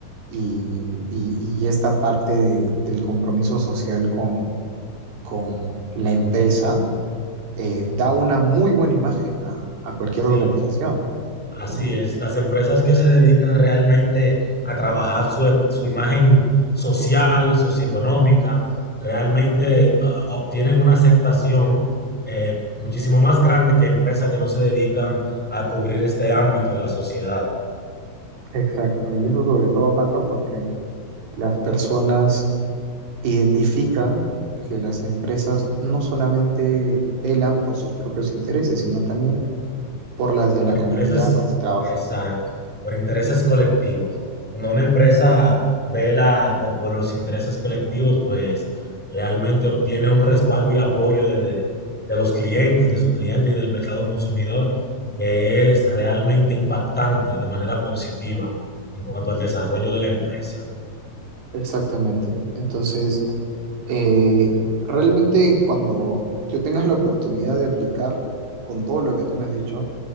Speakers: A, on the right; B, in the centre.
A: y, y- y esta parte de- del compromiso social con, con la empresa eh, da una muy buena imagen a, a cualquier
B: Sí,
A: organización,
B: Así
A: ¿no?
B: es, las empresas que se dedican realmente a trabajar su, em- su imagen social, socioeconómica, realmente ah, ah, obtienen una aceptación eh, muchísimo más grande que empresas que no se dedican a cubrir este ámbito en la sociedad.
A: Exacto, y eso sobre todo pasa porque las personas identifican que las empresas no solamente velan por sus propios intereses, sino también por las de
B: por
A: la comunidad
B: intereses,
A: donde trabajan.
B: exacto, por intereses colectivos. Cuando una empresa vela por, por los intereses colectivos, pues realmente obtiene un respaldo y apoyo de, de- de los clientes, de su cliente y del mercado consumidor, que es realmente impactante de manera positiva en cuanto al desarrollo de la empresa.
A: Exactamente. Entonces, eh, realmente cuando yo tenga la oportunidad de aplicar con todo lo que tú me has dicho,